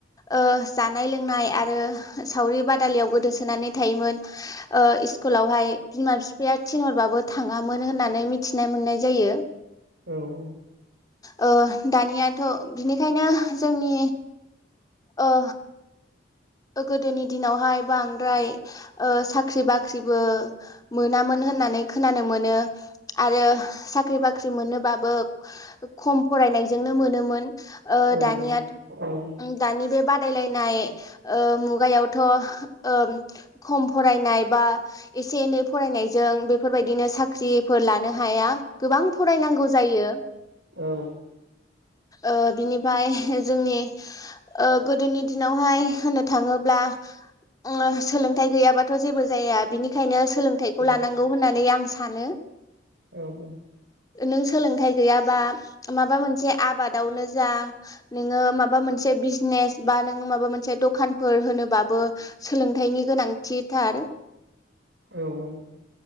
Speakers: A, on the left; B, on the right.
A: ओ जानाय लोंनाय आरो सावरि बादालियाव गोदोसोनानै थायोमोन ओ स्कुलावहाय बिमा बिफा बिराद थिनहरबाबो थाङामोन होननानै मिथिना मोननाय जायो
B: औ औ
A: औ दानियाथ' बिनिखायनो जोंनि ओ गोदोनि दिनावहाय बांद्राय ओ साख्रि बाख्रिबो मोनामोन होननानै खोनानो मोनो आरो साख्रि बाख्रि मोनोबाबो खम फरायनायजोंनो मोनोमोन ओ
B: औ
A: दानियाथ' दानि बे बादाय लायनाय ओ मुगायावथ' उम खम फरायनाय बा एसे एनै फरायनायजों बेफोर बायदिनो साख्रिफोर लानो हाया गोबां फरायनांगौ जायो
B: औ
A: ओ बिनिफ्राय जोंनि ओ गोदोनि दिनावहाय होनो थांङोब्ला उम सोलोंथाइ गैयाबाथ' जेबो जाया बिनिखायनो सोलोंथाइखौ लानांगौ
B: औ
A: होननानै आं सानो
B: औ औ
A: नों सोलोंथाइ गैयाबा माबा मोनसे आबादावनो जा नोंङो माबा मोनसे बिजनेस बा नोङो माबा मोनसे दा दखानफोर होनोबाबो सोलोंथाइनि गोनांथिथार
B: औ औ